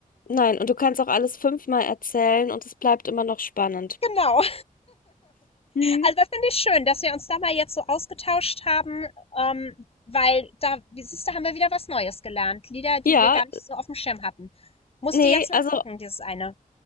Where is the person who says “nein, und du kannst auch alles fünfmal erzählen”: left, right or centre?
Left